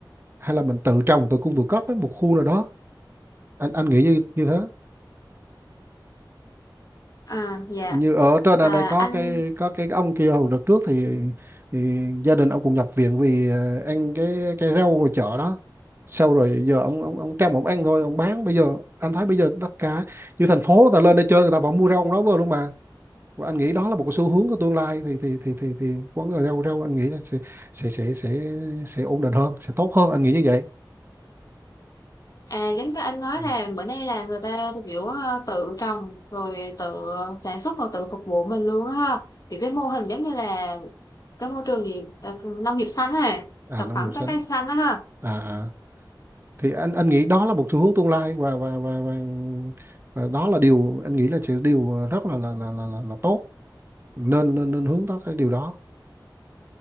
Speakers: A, on the right; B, on the left.
A: hay là mình tự trồng tự cung tự cấp với một khu nào đó anh anh nghĩ như như thế
B: À dạ,
A: như ở trên
B: à
A: anh đây có
B: anh
A: cái có cái ông kia hồi đợt trước thì, thì gia đình ông cũng nhập viện vì ờ, ăn cái cái rau ngoài chợ đó sau rồi giờ ông ông ông trăm ông ăn thôi ông bán bây giờ anh thấy bây giờ tất cả như thành phố người ta lên đây chơi người ta vẫn mua rau ông đó vô luôn mà và anh nghĩ đó là một cái xu hướng của tương lai thì thì thì thì thì quán cà rau rau anh nghĩ là sẽ sẽ sẽ sẽ sẽ ổn định hơn sẽ tốt hơn anh nghĩ như vậy
B: À giống như anh nói
A: Ừ.
B: là bữa nay là người ta kiểu ờ, tự trồng rồi tự sản xuất và tự phục vụ mình luôn á ha. Thì cái mô hình giống như là cái môi trường gì ờ, nông nghiệp xanh á,
A: à
B: thực
A: nông
B: phẩm
A: nghiệp xanh
B: trái cây xanh á ha.
A: à à thì anh anh nghĩ đó là một xu hướng tương lai và và và và, và đó là điều anh nghĩ là chỉ điều rất là là là là, là, là tốt nên nên nên hướng tới cái điều đó